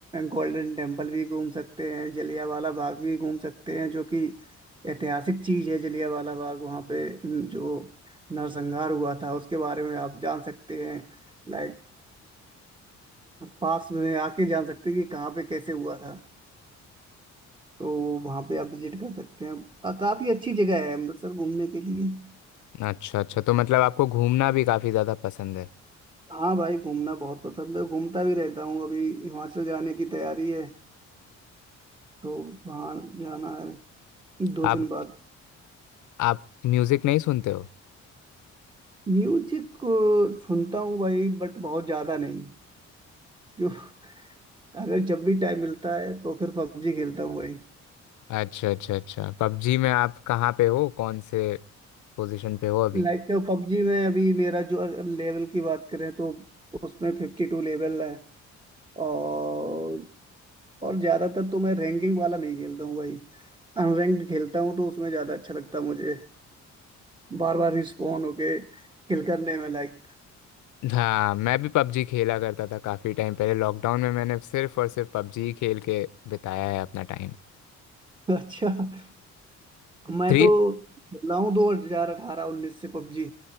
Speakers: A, on the right; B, on the left.
A: गोल्डन टेम्पल भी घूम सकते हैं जलियांवाला बाग भी घूम सकते हैं जो कि ऐतिहासिक चीज है जलियांवाला बाग वहाँ पे न- जो नरसंहार हुआ था उसके बारे में आप जान सकते हैं लाइक पास में आके जान सकते हैं कि कहाँ पे कैसे हुआ था तो वहाँ पे आप विजिट कर सकते हैं अ, काफी अच्छी जगह है अमृतसर घूमने के लिए
B: अच्छा अच्छा तो मतलब आपको घूमना भी काफ़ी ज़्यादा पसंद है
A: हाँ भाई घूमना बहुत पसंद है घूमता भी रहता हूँ अभी हिमाचल जाने की तैयारी है तो वहाँ जाना है दो
B: आप
A: दिन बाद
B: आप म्यूज़िक नहीं सुनते हो
A: म्यूजिक अ, सुनता हूँ भाई बट बहुत ज्यादा नहीं क्यों <laughs> अगर जब भी टाइम मिलता है तो फिर पबजी खेलता हूँ भाई
B: अच्छा अच्छा अच्छा पबजी में आप कहाँ पे हो कौन से पोजीशन पे हो अभी
A: लाइक पबजी में अभी मेरा जो लेवल की बात करें तो उसमें फिफ्टी टू लेवल है और और ज्यादातर तो मैं रैंकिंग वाला नहीं खेलता हूँ भाई अनरैंक्ड खेलता हूँ तो उसमें ज्यादा अच्छा लगता है मुझे बार बार रिस्पॉन होके किल करने में लाइक
B: हाँ मैं भी पबजी खेला करता था काफ़ी टाइम पहले लॉकडाउन में मैंने सिर्फ और सिर्फ पबजी खेल के बिताया है अपना टाइम
A: <laughs> अच्छा मैं
B: थ्री
A: तो लाऊं दो हजार अठारह उन्नीस से पबजी